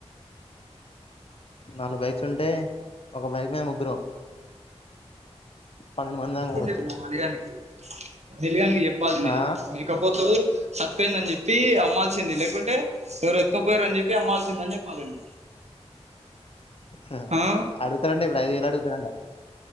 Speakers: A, on the left (about 55°); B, on the right (about 75°).
A: నాలుగు బైక్స్ ఉంటే, ఒక బైక్ మీద ముగ్గురం పన్నెండు మంది
B: చెప్పలేదు
A: దాకా పోవచ్చు
B: మామా అనిల్ గానికి, అనిల్ గానికి చెప్పాల్సింది ఇది.
A: ఆ?
B: మేకపోతు చచ్చిపోయిందని చెప్పి అమ్మాల్సింది, లేకుంటే ఎవరో ఎత్తుకుపోయారని చెప్పి అమ్మాల్సిందని చెప్పాలని
A: హా
B: ఆ
A: అడుగుతాడంట, ఇప్పుడు ఐదువేలు అడుగుతాడంట.